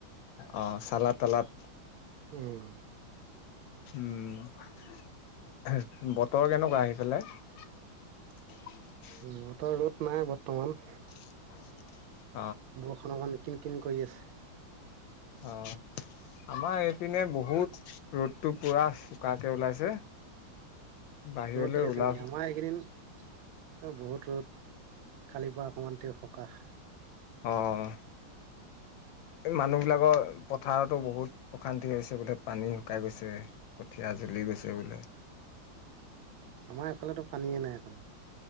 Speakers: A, on the left; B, on the right.
A: অহ, চালত-তালাত।
B: উম।
A: উম। বতৰ কেনেকুৱা সেই ফালে? <unintelligible>
B: উম, বতৰ ৰ'দ নাই বৰ্তমান।
A: <unintelligible>
B: বৰষুণ অকণ কিন-কিন কৰি আছে।
A: অহ। আমাৰ এইপিনে বহুত ৰ'দটো পুৰা চোকাকে ওলাইছে। বাহিৰলৈ
B: ৰ'দ দি আছে
A: ওলাব
B: নেকি? আমাৰ এইকেইদিন- অ', বহুত ৰ'দ। কালিৰ পৰা অকণমান তেওঁ সকাহ।
A: অহ। এ' মানুহবিলাকৰ পথাৰতো বহুত অশান্তি হৈছে বোলে, পানী শুকাই গৈছে। কঠীয়া জ্বলি গৈছে বোলে।
B: আমাৰ এইফালেতো পানীয়ে নাই অকনো।